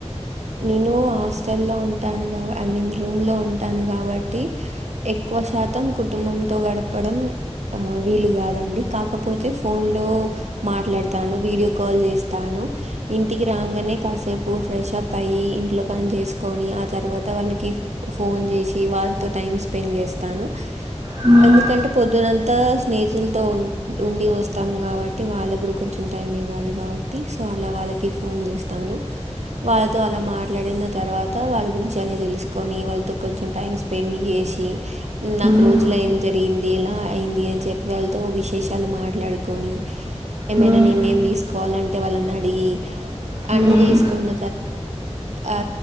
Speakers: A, on the right; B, on the right.
A: నేను హాస్టల్ లో ఉంటాను ఐ మీన్ రూమ్ లో ఉంటాను కాబట్టి ఎక్కువ శాతం కు టుంబంతో గడపడం ఆ వీలు కాదండి కాకపోతే ఫోన్ లో మాట్లాడు తాను వీడియో కాల్ చేస్తాను ఇంటికి రాగానే కాసేపు ఫ్రెష్ప్ అయి ఇంట్లో పని చేసుకొని ఆ తర్వాత వాళ్ళకి ఫోన్ చేసి వాళ్ళతో టైం స్పెండ్ చేస్తాను
B: హ్మ్,
A: ఎందుకంటే పొద్దునంతా స్నేహితులతో ఉ ఉండి వస్తాము కాబట్టి వాళ్ళతో కూడా కొంచెం టైం ఇవ్వాలి కాబట్టి సో అలా వాళ్ళకి ఫోన్ చేస్తాను వాళ్ తో అలా మాట్లాడిన తర్వాత వాళ్ళ గురించి అన్నీ తెలుసుకొని వాళ్ళతో కొంచెం టైం స్పెండ్ చేసి నాక్
B: హ్మ్,
A: రోజులో ఏం జర్ ఏంది ఎలా అయింది అని చెప్పి వెళ్ళతో ఓ విశేషాలు మాట్లాడుకొని ఏమైనా
B: హ్మ్,
A: నిర్ణయం తీసుకోవాలంటే వాళ్ళని అడిగి అన్ని
B: హ్మ్,
A: చేసుకున్న అ